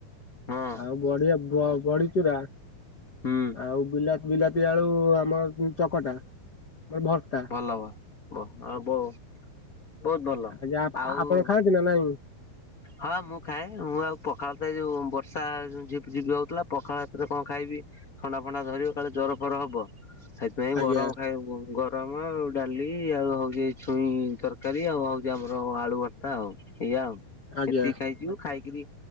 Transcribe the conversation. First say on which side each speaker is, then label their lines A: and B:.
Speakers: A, on the left (about 35°); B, on the left (about 70°).
A: ହଁ
B: ଆଉ ବଡି ଆ ବ ବଡିଚୁରା
A: ହୁଁ
B: ଆଉ ବିଲାତି, ବିଲାତି ଆଳୁ ଆମର ଚକଟା, ମାନେ ଭର୍ତା।
A: ଭଲବା, ବ ଆ ବ ବହୁତ ଭଲ
B: ଆଜ୍ଞା
A: ଆଉ
B: ଆ ଆପଣ ଖାଆନ୍ତି ନା ନାଇଁ?
A: ହଁ ମୁଁ ଖାଏ, ମୁଁ ଆଉ ପଖାଳ ତ ଏଇ ଯୋଉ ବର୍ଷା ଝିପଝିପି ହଉଥିଲା, ପଖାଳ ଏତିରେ କଣ ଖାଇବି? ଥଣ୍ଡା ଫଣ୍ଡା ଧରିବ କାଳେ ଜର ଫର ହବ, ସେଥିପାଇଁ
B: ଆଜ୍ଞା
A: ଗରମ ଖାଇବୁ। ଗରମ ଆଉ ଡାଲି, ଆଉ ହଉଛି ଛୁଇଁ ତରକାରୀ, ଆଉ ହଉଛି ଆମର ଆଳୁ ଭର୍ତ୍ତା। ଭର୍ତ୍ତା ଆଉ, ଏଇଆ ଆଉ,
B: ଆଜ୍ଞା
A: ଏତିକି ଖାଇଯିବୁ, ଖାଇକିରି